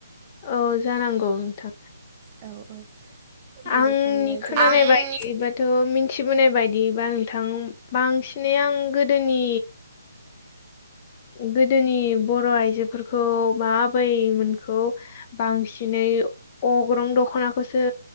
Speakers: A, on the left (about 30°); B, on the right (about 25°).
A: औ जानांगौ नोंथां
B: औ औ बेनिफ्रायनो
A: आंनि खोनानाय
B: जेनेबा
A: बायदि ब थ' मिथिबोनाय बायदिबा नोंथां बांसिनै आं गोदोनि गोदोनि बर' आइजोफोरखौ मा आबैमोनखौ बांसिनै अग्रं दख'नाखौसो